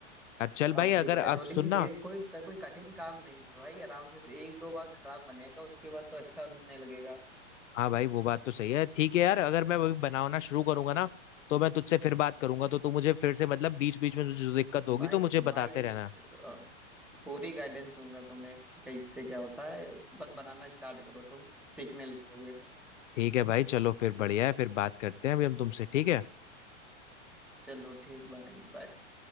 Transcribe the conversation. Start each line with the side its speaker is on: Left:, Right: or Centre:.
Left: यार चल भाई
Centre: अब दिक्कत
Left: अगर अब
Centre: हो लेकिन
Left: सुनना
Centre: धीरे कोई कोई कठिन काम नहीं है भाई आराम से तो एक दो बार खराब बनेगा उसके बाद तो अच्छा होने लगेगा
Left: हाँ भाई वो बात तो सही है ठीक है यार अगर मैं अभी बनाना शुरू करूंगा ना तो मैं तुझसे फिर बात करूंगा तो तू मुझे फिर से मतलब बीच बीच में जो जो दिक्कत होगी
Centre: भाई
Left: तो मुझे बताते
Centre: भाई
Left: रहना
Centre: तो, अ, पूरी गाइडेंस दूंगा तुम्हें कि कैसे क्या होता है बस बनाना स्टार्ट करो तुम सीखने लगोगे
Left: ठीक है भाई चलो फिर बढ़िया है फिर बात करते हैं अभी हम तुमसे ठीक है
Centre: चलो ठीक भाई बाय